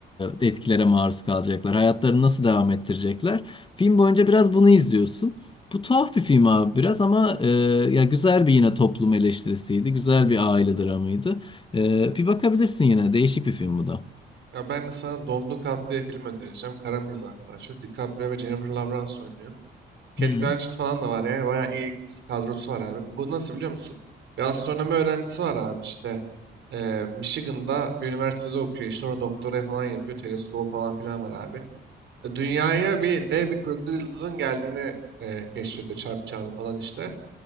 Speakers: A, on the left (about 25°); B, on the right (about 70°).
A: e, etkilere maruz kalacaklar? Hayatlarını nasıl devam ettirecekler? Film boyunca biraz bunu izliyorsun. Bu tuhaf bir film abi biraz ama e, ya güzel bir yine toplum eleştirisiydi. Güzel bir aile dramıydı. Ee, bir bakabilirsin yine. Değişik bir film bu da.
B: Ya ben de sana Don't Look Up diye film önereceğim. Kara mizah daha çok. DiCaprio ve Jennifer Lawrence oynuyor. Cate
A: Hı.
B: Blanchett falan da var yani. Bayağı iyi kadrosu var abi. Bu nasıl biliyor musun? Bir astronomi öğrencisi var abi işte. Eee, Michigan'da bir üniversitede okuyor işte. Orada doktora falan yapıyor. Teleskobu falan filan var abi. E, Dünyaya bir dev bir kuyruklu yıldızın geldiğini eee keşfediyor. Çarpacağını falan işte.